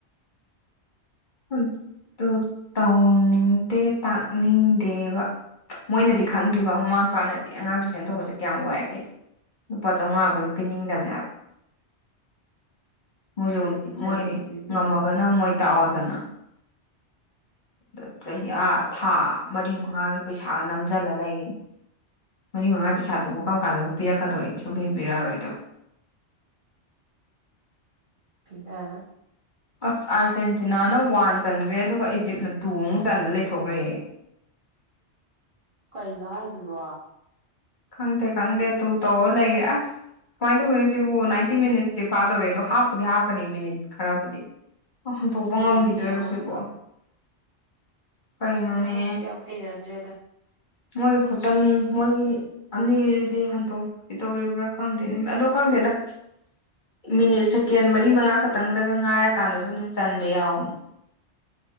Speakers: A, on the left; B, on the right.
A: ꯑꯗꯨ ꯇꯧꯅꯤꯡꯗꯦ ꯇꯥꯛꯅꯤꯡꯗꯦꯕ ꯃꯣꯏꯅꯗꯤ ꯈꯪꯗ꯭ꯔꯤꯕ ꯃꯃꯥ ꯃꯄꯥꯅꯗꯤ ꯑꯉꯥꯡ ꯇꯨꯏꯁꯟ ꯇꯧꯕꯁꯦ ꯀꯌꯥꯝ ꯋꯥꯒꯦꯁꯦ ꯂꯨꯄꯥ ꯆꯥꯝꯃꯉꯥꯕꯨ ꯍꯦꯛ ꯄꯤꯅꯤꯡꯗꯕꯅꯦ ꯍꯥꯏꯕ ꯃꯣꯏꯁꯨꯨ
B: ꯄꯤꯅꯤꯡꯗꯕꯅꯤ
A: ꯃꯣꯏ
B: ꯄꯤꯅꯤꯡꯗꯕꯅꯤ
A: ꯉꯝꯃꯒꯅ ꯃꯣꯏ ꯇꯥꯛꯑꯣꯗꯅ ꯑꯥ ꯆꯍꯤ ꯑꯥ ꯊꯥ ꯃꯔꯤ ꯃꯉꯥꯒꯤ ꯄꯩꯁꯥꯒ ꯅꯝꯁꯤꯜꯂ ꯂꯩꯔꯤꯅꯦ ꯃꯔꯤ ꯃꯉꯥ ꯄꯩꯁꯥꯗꯨꯕꯨ ꯀꯔꯝ ꯀꯥꯟꯗꯕꯨ ꯄꯤꯔꯛꯀꯗꯧꯔꯤꯒꯦ ꯁꯨꯝ ꯄꯤ ꯄꯤꯔꯛꯑꯔꯣꯏꯗꯕꯅꯤ <inaudible>
B: ꯄꯤꯔꯥꯔꯣꯏ
A: ꯑꯁ ꯑꯥꯔꯖꯦꯟꯇꯤꯅꯥꯅ ꯋꯥꯟ ꯆꯟꯈ꯭ꯔꯦ ꯑꯗꯨꯒ ꯏꯖꯤꯞꯅ ꯇꯨ ꯑꯃꯨꯛ ꯆꯟ ꯂꯩꯊꯣꯛꯈ꯭ꯔꯦ <unintelligible>
B: ꯀꯩꯅꯣ ꯍꯥꯏꯁꯤꯕꯣ
A: ꯈꯪꯗꯦ ꯈꯪꯗꯦ ꯇꯨ ꯇꯧꯔ ꯂꯩꯈ꯭ꯔꯦ ꯑꯁ ꯀꯃꯥꯏꯅ ꯇꯧꯒꯣꯏꯅꯣ ꯁꯤꯕꯨ ꯅꯥꯏꯟꯇꯤ ꯃꯤꯅꯤꯠꯁꯦ ꯐꯥꯗꯧꯔꯦ ꯑꯗꯣ ꯍꯥꯞꯄꯨꯗꯤ ꯍꯥꯞꯀꯅꯤ ꯃꯤꯅꯤꯠ ꯈꯔꯕꯨꯗꯤ ꯍꯟꯗꯣꯛꯄ
B: ꯇꯜꯂꯤꯍꯦ
A: ꯉꯝꯈꯤꯗꯣꯏꯔꯣ
B: ꯑꯋꯣꯏꯕ
A: ꯁꯤꯕꯣ ꯀꯩꯅꯣꯅꯦ
B: ꯑ ꯑꯁ ꯌꯥꯝ ꯍꯩꯅꯗ꯭ꯔꯦꯗ
A: ꯃꯣꯏ ꯈꯨꯆꯟ ꯃꯣꯏꯒꯤ ꯑꯅꯤꯗꯤ ꯍꯟꯗꯣꯛꯀꯗꯧꯔꯤꯕ꯭ꯔꯥ ꯈꯪꯗꯦ ꯑꯗꯣ ꯈꯪ ꯈꯪꯗꯦꯗ ꯃꯤꯅꯤꯠ ꯁꯦꯀꯦꯟ ꯃꯔꯤ ꯃꯉꯥ ꯈꯛꯇꯪꯗꯒ ꯉꯥꯏꯔꯀꯥꯟꯗꯁꯨ ꯑꯗꯨꯝ ꯆꯟꯕ ꯌꯥꯎꯕꯅꯦ <unintelligible>